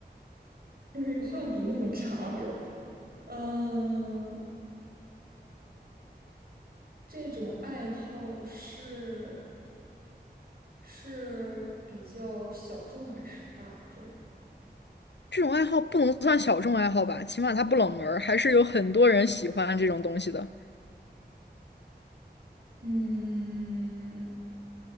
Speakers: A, on the right; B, on the left.
A: <laughs> 因为画笔那么长，嗯，这种爱好是是比较小众还是大众？
B: 这种爱好不能算小众爱好吧，起码它不冷门儿还是有很多人喜欢这种东西的。
A: 嗯，